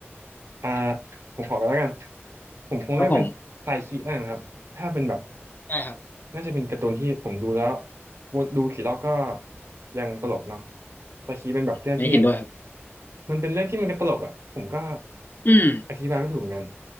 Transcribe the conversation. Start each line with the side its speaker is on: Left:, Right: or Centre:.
Right: อ่าผมขอกันแล้วกัน ผมคงเลือกเป็นไซคิแล้วกันครับถ้าเป็นแบบ
Left: ครับผมได้ครับ
Right: น่าจะเป็นการ์ตูนที่ผมดูแล้ววนดูกี่รอบก็ยังตลกเนาะไซคิเป็นแบบเรื่องที่
Left: อันนี้เห็นด้วยครับ
Right: มันเป็นเรื่องที่มันก็ตลกอ่ะผมก็
Left: อืม
Right: อธิบายไม่ถูกเหมือนกัน